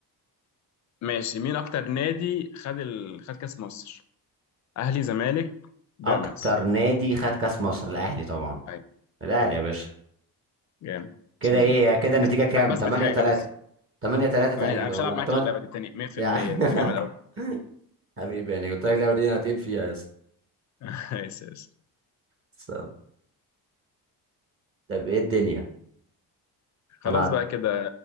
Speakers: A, on the left; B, on the right.
A: ماشي مين اكتر نادي خد ال... خد كاس مصر اهلي زمالك بيراميدز
B: اكتر نادي خد كاس مصر الاهلي طبعا
A: طيب
B: الاهلي يا باشا
A: جامد
B: كده
A: عشان
B: ايه كده النتيجه
A: بس-
B: كام
A: بثبت
B: 8
A: حاجه
B: 3
A: بس
B: 8 3 تقريبا
A: كمان انا مش
B: ولا
A: هلعب معاك
B: 8
A: اللعبه دي تاني 100%
B: يعني
A: انت جامد قوي
B: <laughs> حبيبي يعني قلت لك اللعبه دي انا تقيل فيها يا اسطى
A: <laughs> ماشي ماشي.
B: بس- طب ايه الدنيا
A: خلاص
B: انا
A: بقى كده